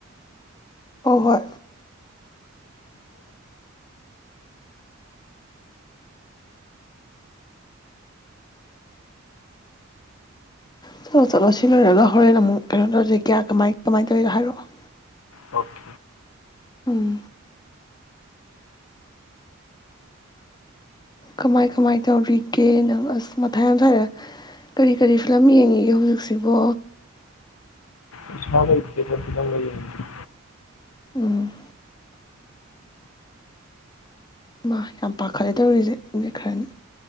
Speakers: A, on the left; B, on the left.
A: ꯍꯣꯏ ꯍꯣꯏ ꯆꯠꯂꯣ ꯆꯠꯂꯣ ꯁꯤ ꯂꯣꯏꯔꯒ ꯍꯣꯔꯦꯟ ꯑꯃꯨꯛ ꯀꯩꯅꯣ ꯇꯧꯁꯤ ꯀꯌꯥ ꯀꯃꯥꯏ ꯀꯃꯥꯏꯅ ꯇꯧꯔꯤꯅꯣ ꯍꯥꯏꯔꯛꯑꯣ
B: ꯑꯣꯀꯦ
A: ꯎꯝ ꯀꯃꯥꯏ ꯀꯃꯥꯏ ꯇꯧꯔꯤꯒꯦ ꯅꯪ ꯑꯁ ꯃꯊꯥꯏ ꯌꯥꯝ ꯁꯥꯏꯗ ꯀꯔꯤ ꯀꯔꯤ ꯐꯤꯂꯝ ꯌꯦꯡꯉꯤꯒꯦ ꯍꯧꯖꯤꯛꯁꯤꯕꯣ
B: ꯄꯩꯁꯥ ꯂꯩꯇꯦꯗ ꯐꯤꯂꯝꯒ ꯌꯦꯡꯒꯦ
A: ꯎꯝ ꯏꯃꯥ ꯌꯥꯝ ꯄꯥꯈꯠꯂꯦ ꯇꯧꯔꯤꯁꯦ ꯃꯦꯠ ꯈꯔꯅꯤ